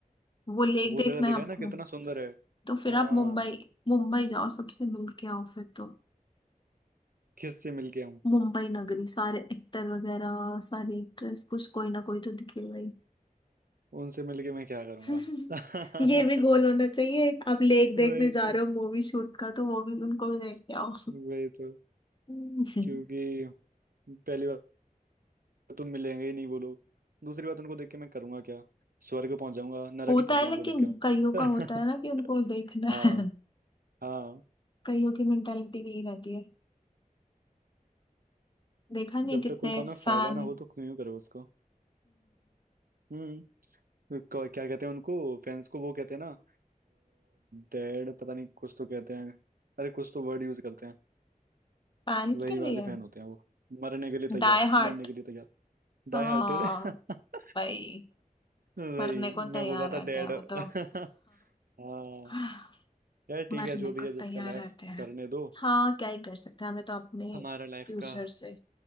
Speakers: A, on the left; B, on the right.
A: वो लेक
B: वो
A: देखना
B: जगह
A: है
B: देखा
A: आपको
B: ना कितना सुंदर है
A: तो फिर
B: हाँ
A: आप मुंबई मुंबई जाओ सबसे मिल के आओ फिर तो
B: किससे मिल के आऊँ
A: मुंबई नगरी सारे एक्टर वगैरह सारी एक्ट्रेस कुछ कोई ना कोई तो दिखेगा ही
B: उनसे मिल के मैं क्या करूँगा
A: <laughs>
B: <laughs>
A: ये भी गोल होना चाहिए आप लेक
B: वही
A: देखने जा
B: तो
A: रहे हो मूवी शूट का तो वो भी उनको भी देख के आओ
B: वही तो
A: <laughs>
B: क्योंकि पहली बार तो मिलेंगे ही नहीं वो लोग दूसरी बात उनको देख के मैं करूंगा क्या स्वर्ग पहुंच जाऊंगा नरक
A: होता
B: ही पहुंचूंगा
A: है
B: उनको
A: लेकिन
B: देख के मैं
A: कईयों का होता है ना
B: <laughs>
A: कि उनको देखना
B: हाँ
A: है
B: हाँ
A: कईयों की मेंटालिटी यही रहती है देखा नहीं
B: जब
A: है कितने
B: तक कोई काम में
A: फैन
B: फायदा ना हो तो क्यों करो उसको हम्म क- क्या कहते हैं उनको फैंस को वो कहते हैं ना डेड पता नहीं कुछ तो कहते हैं अरे कुछ तो वर्ड यूज करते हैं
A: फैंस
B: वही
A: के
B: वाले
A: लिए
B: फैन होते हैं वो मरने के लिए तैयार
A: Die heart
B: मरने के लिए तैयार Die
A: हाँ
B: hearted <laughs>
A: भाई
B: वही
A: मरने को तैयार
B: मैं बोल रहा
A: रहते
B: था डेड
A: हैं वो
B: <laughs>
A: तो
B: हाँ
A: <laughs>
B: यार ठीक
A: मरने
B: है जो
A: को
B: भी है जिसका
A: तैयार
B: लाइफ
A: रहते हैं
B: करने दो
A: हाँ क्या ही कर सकते हैं हमें तो अपने
B: हमारा लाइफ
A: फ्यूचर
B: का
A: से